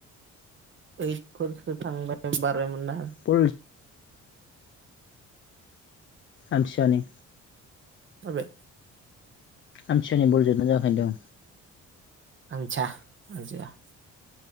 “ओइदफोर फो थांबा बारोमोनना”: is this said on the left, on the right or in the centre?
Right